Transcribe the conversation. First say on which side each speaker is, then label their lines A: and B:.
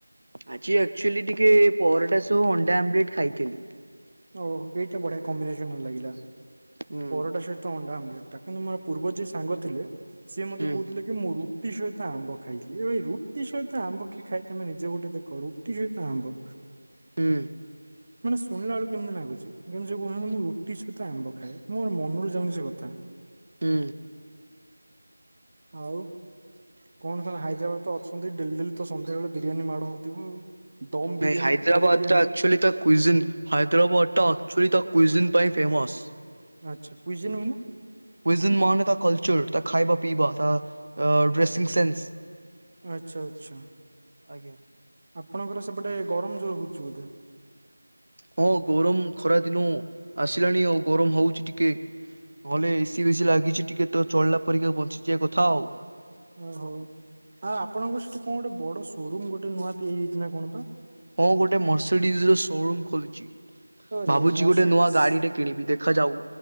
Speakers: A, on the right (about 60°); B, on the right (about 35°).
A: ଆଜି ଆକ୍ଚୁଆଲି ଟିକେ ପରଟା ସହ ଅଣ୍ଡା ଆମ୍ ଲେଟ୍ ଖାଇଥିଲି।
B: ଓ ଏଇଟା ବଢିଆ କମ୍ବିନେସନ ଲାଗିଲା।
A: ହୁଁ
B: ପରଟା ସହିତ ଅଣ୍ଡା ଆମ୍ ଲେଟ୍ ତା କିନ୍ତୁ ମୋର ପୂର୍ବ ଯିଏ ସାଙ୍ଗ ଥିଲେ ସିଏ ମତେ
A: ହୁଁ
B: କହୁଥିଲେ ମୁଁ ରୁଟି ସହିତ ଆମ୍ବ ଖାଇଲି ଏ ରୁଟି ସହିତ ଆମ୍ବ କିଏ ଖାଏ ତମେ ନିଜେ ଗୋଟେ ଦେଖ ରୁଟି ସହିତ ଆମ୍ବ
A: ହୁଁ।
B: ମୁଁ ଶୁଣିଲା ବଳକୁ କେମିତି ନାଗୁଚି କିନ୍ତୁ ସେ କହୁଚନ୍ତି ମୁଁ ରୁଟି ସହିତ ଆମ୍ବ ଖାଏ ମୋର ମନରୁ ଯାଉନି ସେ କଥା।
A: ହୁଁ।
B: ଆଉ। କଣ ସେ ହାଇଦ୍ରାବାଦ ତ ଅଛନ୍ତି ଡେଲି ଡେଲି ତ ସନ୍ଧ୍ୟାବେେଳେ ବିରିୟାନୀ ମାଡ଼ ହଉଥିବ ଆଉ। ଦମ୍ ବିରିୟାନୀ
A: ନାଇଁ ହାଇଦ୍ରାବାଦ
B: ଖାଲି ବିରିୟାନୀ
A: ଟା
B: ନୁହଁ
A: ଆକ୍ଚୁଆଲି ତା କୁଇଜିନ୍ ହାଇଦ୍ରାବାଦ୍ ଟା ଆକ୍ଚୁଆଲି ତା କୁଇଜିନ୍ ପାଇଁ ଫେମସ୍।
B: ଆଚ୍ଛା କୁଇଜିନ୍ ମାନେ?
A: କୁଇଜିନ୍ ମାନେ ତା କଲ୍ଚର୍ ତା ଖାଇବା ପିଇବା ତା ତ ଡ୍ରେସିଂ ସେନ୍ସ୍
B: ଆଚ୍ଛା ଆଚ୍ଛା
A: ଆଜ୍ଞା
B: ଆପଣଙ୍କର ସେପଟେ ଗରମ ଜୋର୍ ହଉଚି ବୋଧେ?
A: ହଁ ଗରମ୍ ଖରାଦିନ ଆସିଲାଣି ଆଉ ଗରମ୍ ହଉଚି ଟିକେ। ହଲ୍ ରେ ଏସିି ବେସିି ଲାଗିଚି ଟିକେ ତ ଚଳିଲା ପରିକା ବଞ୍ଚିଯିବା କଥା ଆଉ।
B: ଓହୋ ଆ ଆପଣଙ୍କ ସେଠି କଣ ଗୋଟେ ବଡ ସୋରୁମ୍ ଗୋଟେ ନୂଆ ତିଆରି ହେଇଚି ନା କଣ ପା?
A: ହଁ ଗୋଟେ ମର୍ସିଡିଜ୍ ର ସୋରୁମ୍ ଖୋଲିଚି।
B: ଆରେ
A: ଭାବୁଚି
B: ମର୍ସିଡିସ୍
A: ଗୋଟେ ନୂଆ ଗାଡିଟେ କିଣିବି ଦେଖାଯାଉ